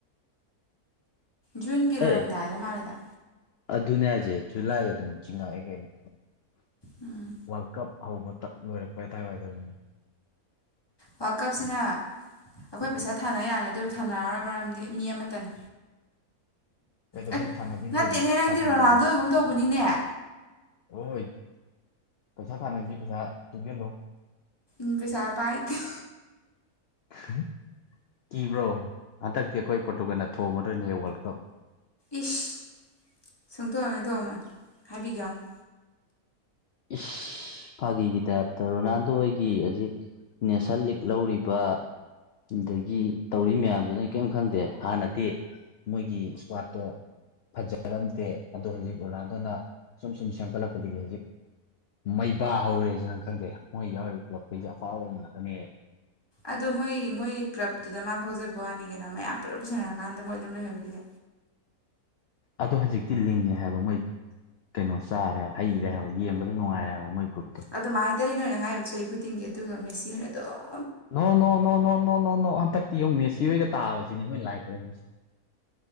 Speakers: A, on the left; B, on the left.
A: ꯖꯨꯟꯒꯤ ꯂꯣꯏꯔꯝꯗꯥꯏꯗ
B: ꯑꯦ
A: ꯃꯥꯜꯂꯤꯦꯗ
B: ꯑꯗꯨꯅꯦ ꯍꯥꯏꯁꯦ ꯖꯨꯂꯥꯏ ꯑꯗꯨꯝ ꯆꯤꯡꯉꯛꯑꯦ ꯀꯩꯅꯣ
A: ꯎꯝ
B: ꯋꯥꯔꯜ ꯀꯞ ꯍꯧꯕꯇ ꯂꯣꯏꯔꯛꯄ ꯑꯗꯨꯗꯥꯏꯋꯥꯏꯗꯅꯤ
A: ꯋꯥꯔ ꯀꯞꯁꯤꯅ ꯑꯩꯈꯣꯏ ꯄꯩꯁꯥ ꯊꯥꯅ ꯌꯥꯕꯅꯦ ꯑꯗꯨꯕꯨ ꯊꯥꯅꯔꯔꯣꯏ ꯃꯔꯝꯗꯤ ꯃꯤ ꯑꯃꯠꯇꯅꯤ
B: ꯀ ꯀꯩꯗꯣ
A: ꯑꯦ
B: ꯐꯩ ꯊꯅꯗꯤꯒꯩꯅꯣ
A: ꯅꯠꯇꯦꯅꯦ ꯅꯪꯗꯤ
B: ꯊꯖꯕꯣ
A: ꯔꯣꯅꯥꯜꯗꯣꯒꯨꯝ ꯇꯧꯕꯅꯤꯅꯦ
B: ꯍꯣꯏ ꯀꯁꯥ ꯊꯥꯅꯥꯁꯤ ꯀꯁꯥ ꯇꯨ ꯦꯂꯣ
A: ꯏ ꯄꯁ ꯄꯥꯏꯗꯤꯦ
B: ꯍꯥ ꯀꯕ꯭ꯔꯣ ꯍꯟꯗꯛꯇꯤ ꯑꯈꯣꯏ ꯄꯣꯔꯇꯨꯒꯜꯅ ꯊꯣꯡꯝꯃꯗꯣꯏꯅꯤꯍꯦ ꯋꯥ꯭ꯔꯜ ꯀꯞ꯫
A: ꯏꯁ ꯁꯨꯡꯊꯣꯝ ꯍꯦꯛ ꯊꯣꯝꯃꯣꯏ ꯍꯥꯏꯕꯤꯒꯦ ꯌꯦꯡꯉꯨ꯫
B: ꯏꯁ ꯐꯥꯒꯤꯒꯤ ꯇꯥꯏꯞꯇ ꯔꯣꯅꯥꯜꯗꯣ ꯍꯣꯏꯒꯤ ꯍꯧꯖꯤꯛ ꯅꯦꯁꯟ ꯂꯤꯛ ꯂꯧꯔꯤꯕ ꯑꯗꯒꯤ ꯇꯧꯔꯤ ꯃꯌꯥꯝꯁꯦ ꯅꯣꯏ ꯀꯔꯤꯝ ꯈꯪꯗꯦ ꯍꯥꯟꯅꯗꯤ ꯃꯣꯏꯒꯤ ꯁ꯭ꯀ꯭ꯋꯥꯠꯇꯣ ꯐꯖꯔꯝꯗꯦ ꯑꯗꯣ ꯍꯧꯖꯤꯛ ꯔꯣꯅꯥꯜꯗꯣꯅ ꯁꯨꯝ ꯁꯨꯝ ꯁꯦꯝꯒꯠꯂꯛꯄꯗꯒꯤ ꯍꯧꯖꯤꯛ ꯃꯩꯕꯥ ꯍꯧꯔꯦꯁꯦ ꯅꯪ ꯈꯪꯗꯦ ꯃꯣꯏ ꯌꯥꯎꯔꯤꯕ ꯀ꯭ꯂꯕꯈꯩꯁꯦ ꯑꯐꯥꯎꯕ ꯉꯥꯛꯇꯅꯦ꯫
A: ꯑꯗꯣ ꯃꯣꯏ ꯃꯣꯏꯒꯤ ꯀ꯭ꯂꯞꯇꯨꯗ ꯃꯥ ꯐꯥꯎꯖꯕ ꯋꯥꯅꯤ ꯀꯩꯅꯣ ꯃꯌꯥꯝ ꯄꯨꯂꯞ ꯄꯨꯁꯤꯟꯅꯔꯀꯥꯟꯗ ꯃꯣꯏ ꯑꯗꯨꯝ ꯂꯩꯍꯧꯔꯤꯗꯨꯗꯤ꯫
B: ꯑꯗꯣ ꯍꯧꯖꯤꯛꯇꯤ ꯂꯤꯡꯉꯦ ꯍꯥꯏꯕ ꯃꯣꯏ ꯀꯩꯅꯣ ꯆꯥꯔꯦ ꯍꯥꯏꯕ ꯍꯩꯔꯦ ꯍꯥꯏꯕ ꯌꯦꯡꯕꯗꯣ ꯅꯨꯡꯉꯥꯏꯔꯦ ꯍꯥꯏꯕ ꯃꯣꯏ ꯒ꯭ꯔꯨꯞꯇꯣ
A: ꯑꯗꯨ ꯃꯥꯥꯏ ꯇꯅꯤ ꯅꯣꯏꯅ ꯍꯥꯏꯔꯤꯕ ꯆꯍꯤ ꯈꯨꯗꯤꯡꯒꯤ ꯑꯗꯨꯒ ꯃꯦꯁꯤ ꯍꯣꯏꯅ ꯗꯨꯝ
B: ꯅꯣ ꯅꯣ ꯅꯣ ꯅꯣ ꯅꯣ ꯅꯣꯅꯣ ꯍꯟ ꯍꯟꯗꯛꯇꯤ ꯌꯦꯡꯉꯨ ꯃꯦꯁꯤ ꯍꯣꯏꯒ ꯇꯥꯕꯁꯤꯅꯤ ꯈꯣꯏꯅ ꯂꯥꯏ ꯈꯨꯔꯨꯝꯃꯤꯁꯦ꯫